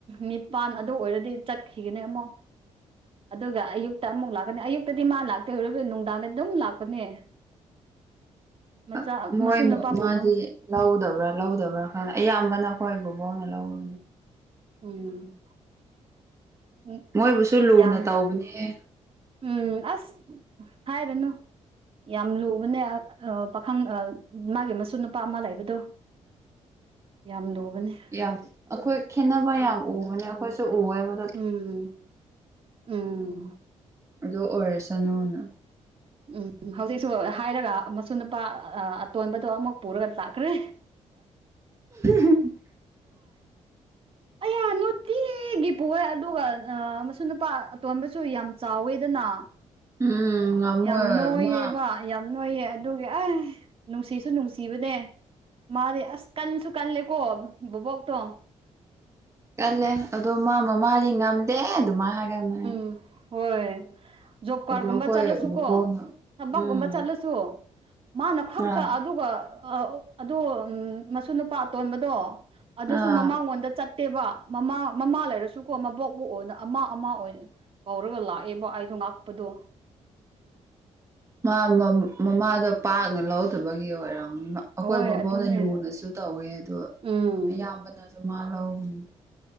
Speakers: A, on the right; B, on the right.
A: ꯅꯤꯄꯥꯟ ꯑꯗꯨ ꯑꯣꯏꯔꯗꯤ ꯆꯠꯈꯤꯒꯅꯦ ꯑꯃꯨꯛ ꯑꯗꯨꯒ ꯑꯌꯨꯛꯇ ꯑꯃꯨꯛ ꯂꯥꯛꯀꯅꯤ ꯑꯌꯨꯛꯇꯗꯤ ꯃꯥ ꯂꯥꯛꯇꯦ ꯑꯣꯏꯔꯤꯕ ꯅꯨꯡꯗꯥꯡꯗ ꯑꯗꯨꯝ ꯂꯥꯛꯄꯅꯦ ꯃꯆꯥ
B: ꯑ ꯃꯣꯏ
A: ꯃꯁꯨ ꯅꯨꯄꯥꯕꯨ
B: ꯃꯃꯥꯗꯤ
A: ꯅꯨꯡ
B: ꯂꯧꯗꯕ꯭ꯔꯥ ꯂꯧꯗꯕ꯭ꯔꯥ ꯑ ꯑꯌꯥꯝꯕꯅ ꯑꯩꯈꯣꯏ ꯕꯣꯕꯣꯛꯅ ꯂꯧꯋꯦ
A: ꯎꯝ ꯎꯝ
B: ꯃꯣꯏꯕꯨꯁꯨ ꯂꯨꯅ
A: ꯌꯥꯝ
B: ꯇꯧꯕꯅꯤꯍꯦ
A: ꯎꯝ ꯑꯁ ꯍꯥꯏꯔꯅꯨ ꯌꯥꯝ ꯂꯨꯕꯅꯦ ꯑ ꯑꯣ ꯄꯥꯈꯪ ꯑ ꯃꯥꯒꯤ ꯃꯁꯨꯅꯨꯄꯥ ꯑꯃ ꯂꯩꯕꯗꯣ ꯌꯥꯝ ꯂꯨꯕꯅꯦ
B: ꯌꯥꯝ ꯑꯩꯈꯣꯏ ꯈꯦꯠꯅꯕ ꯌꯥꯝ ꯎꯕꯅꯦ ꯑꯩꯈꯣꯏꯁꯨ ꯎꯋꯦꯕ
A: ꯎꯝ ꯎꯝ
B: ꯑꯗꯨ ꯑꯣꯏꯔꯁꯅꯨꯅ
A: ꯎꯝ ꯍꯧꯖꯤꯛꯁꯨ ꯍꯥꯏꯔꯒ ꯃꯁꯨꯅꯨꯄꯥ ꯑ ꯑꯇꯣꯟꯕꯗꯣ ꯑꯃꯨꯛ ꯄꯨꯔꯒ ꯂꯥꯛꯈ꯭ꯔꯦ
B: <unintelligible>
A: ꯑꯌꯥ ꯅꯣꯠꯇꯤ ꯇꯤꯒꯤ ꯄꯨꯑꯦ ꯑꯗꯨꯒ ꯑ ꯃꯁꯨꯅꯨꯄꯥ ꯑꯇꯣꯟꯕꯁꯨ ꯌꯥꯝ ꯆꯥꯎꯋꯦꯗꯅꯥ
B: ꯎꯝ ꯉꯝꯃꯣꯏ
A: ꯌꯥꯝ ꯅꯣꯏꯌꯦꯕ
B: ꯃꯥ
A: ꯌꯥꯝ ꯅꯣꯏꯌꯦ ꯑꯗꯨꯒꯤ ꯑꯦ ꯅꯨꯡꯁꯤꯁꯨ ꯅꯨꯡꯁꯤꯕꯅꯦ ꯃꯥꯗꯤ ꯑꯁ ꯀꯟꯁꯨ ꯀꯜꯂꯦꯀꯣ ꯕꯣꯕꯣꯛꯇꯣ
B: ꯀꯜꯂꯦ ꯑꯗꯣ ꯃꯥ ꯃꯃꯥꯗꯤ ꯉꯝꯗꯦ ꯑꯗꯨꯃꯥꯏ ꯍꯥꯏꯒꯟꯕꯅꯦ
A: ꯎꯝ ꯍꯣꯏ ꯖꯣꯕ ꯀꯥꯔꯗꯒꯨꯝꯕ
B: ꯑꯗꯨ ꯑꯩꯈꯣꯏ
A: ꯆꯠꯂꯁꯨ
B: ꯕꯣꯕꯣꯛꯅ
A: ꯀꯣ ꯊꯕꯛꯀꯨꯝꯕ
B: ꯎꯝ
A: ꯆꯠꯂꯁꯨ ꯃꯥꯅ ꯈꯛꯇ
B: ꯑꯥ
A: ꯑꯗꯨꯒ ꯑ ꯑꯗꯨ ꯎꯝ ꯃꯁꯨꯅꯨꯞ ꯄꯥ ꯑꯇꯣꯟꯕꯗꯣ ꯑꯗꯨꯁꯨ
B: ꯑꯥ
A: ꯃꯃꯥꯡꯉꯣꯟꯗ ꯆꯠ ꯇꯦꯕ ꯃꯃꯥ ꯃꯃꯥ ꯂꯩꯔꯁꯨꯀꯣ ꯃꯕꯣꯛꯄꯨ ꯑꯣꯏꯅ ꯑꯝꯃꯥ ꯑꯝꯃꯥ ꯑꯣꯏꯅ ꯀꯧꯔꯒ ꯂꯥꯛꯑꯦꯕ ꯑꯩꯗꯣ ꯉꯥꯛꯄꯗꯣ
B: ꯃꯥ ꯃꯝ ꯃꯃꯥꯗꯣ ꯄꯥꯛꯅ ꯂꯧꯔꯝꯇꯕꯒꯤ ꯑꯣꯏꯔꯝꯅꯤ ꯑꯩꯈꯣꯏ
A: ꯍꯣꯏ
B: ꯕꯣꯕꯣꯛꯅ
A: ꯑꯗꯨꯅꯦ
B: ꯂꯨꯅꯁꯨ ꯇꯧꯋꯦ ꯑꯗꯣ
A: ꯎꯝ
B: ꯑꯌꯥꯝꯕꯅꯁꯨ ꯃꯥ ꯂꯧꯕꯅꯤ